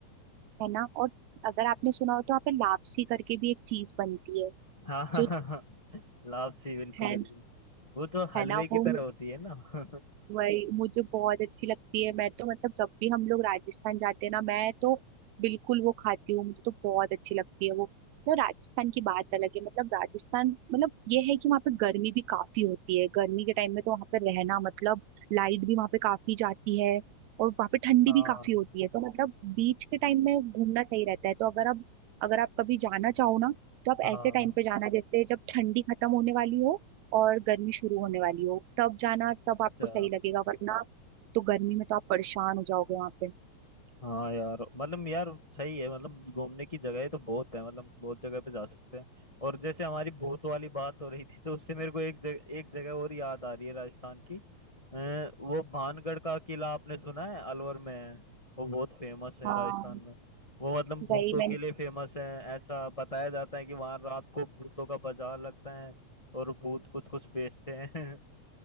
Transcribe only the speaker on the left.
हाँ हाँ
हाँ हाँ, लापसी बिल्कुल
बिल्कुल वो तो हलवे
की
तरह होती है ना <laughs>
हाँ
हाँ
अच्छा
हाँ यार मतलब यार सही है मतलब घूमने की जगह तो बहुत है मतलब बहुत जगह पे जा सकते हैं और जैसे हमारी भूत वाली बात हो रही थी तो उससे मेरे को एक जग, एक जगह और याद आ रही है राजस्थान की अ, वो भानगढ़ का किला आपने सुना है अलवर में है वो बहुत फेमस है
राजस्थान में वो मतलब भूतों
के लिए फेमस है ऐसा बताया जाता है कि वहां रात को भूतों का बाजार लगता है और भूत कुछ कुछ बेचते हैं <laughs>